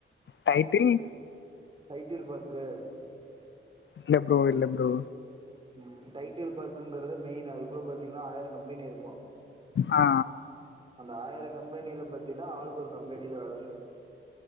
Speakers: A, on the left; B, on the right.
A: டைட்டில்
B: டைட்டில் பார்க்கு
A: இல்ல ப்ரோ இல்ல ப்ரோ
B: ம் டைட்டில் பார்க்குங்கிறது மெயின் அதுக்குள்ள பாத்தீங்கன்னா ஆயிரோ கம்பேனி இருக்கு
A: அ அ
B: அந்த ஆயிரோ கம்பேனில பத்தினா ஆளுக்கொரு கம்பேனில வேல செய்யறோ